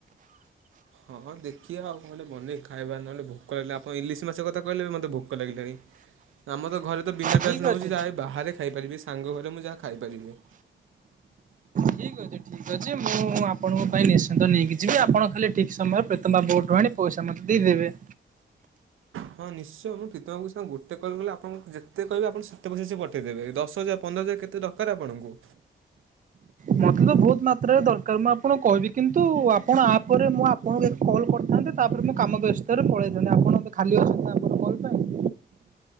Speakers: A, on the right; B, on the right.
A: ହଁ ହଁ ଦେଖିଆ ଆଉ କଁ ଓଟେ ବନେଇ ଖାଇବା ନହେଲେ ଭୋକ ଲାଗିଲା ଆପ ଇଲିସି ମାଛ କଥା କହିଲେ ଏବେ ମତେ ଭୋକ ଲାଗିଲାଣି ଆମ ତ ଘରେ ତ ବିନା
B: ଠିକ୍
A: ପିଆଜ ରସୁଣ
B: ଅଛି
A: ହଉଚି ଯାହା ଏଇ ବାହାରେ ଖାଇପାରିବି ସାଙ୍ଗ ଘରେ ମୁଁ ଯାହା ଖାଇପାରିବି।
B: ଠିକ୍ ଅଛି ଠିକ୍ ଅଛି ମୁଁ ଆପଣଙ୍କ ପାଇଁ ନିଶ୍ଚିନ୍ତ ନେଇକି ଯିବି ଆପଣ ଖାଲି ଠିକ୍ ସମୟରେ ପ୍ରତମ୍ ବାବୁଙ୍କଠୁ ଆଣି ପଇସା ମତେ ଦେଇଦେବେ।
A: ହଁ ନିଶ୍ଚୟ ମୁଁ ପ୍ରିତମ୍ ବାବୁଙ୍କ ସାଁ ଗୋଟେ କଲ୍ କଲେ ଆପଣଙ୍କୁ ଯେତେ କହିବେ ଆପଣ ତାକୁ ଯେ ସେ ପଠେଇଦେବେ ଦଶ ହଜାର ପନ୍ଦର ହଜାର କେତେ ଦକାର ଆପଣଙ୍କୁ?
B: ମତେ ତ ବହୁତ ମାତ୍ରାରେ ଦରକାର ମୁଁ ଆପଣୁ କହିବି କିନ୍ତୁ ଆପଣ ଆ ପରେ ମୁଁ ଆ ପଣକୁ ଏ କଲ୍ କରିଥାନ୍ତେ ତାପରେ ମୁଁ କାମ ବ୍ୟସ୍ତରେ ପଳେଇଥାନ୍ତି ଆପଣ ଏବେ ଖାଲି ଅଛନ୍ତି ଆପଣ କଲ୍ ପାଇଁ।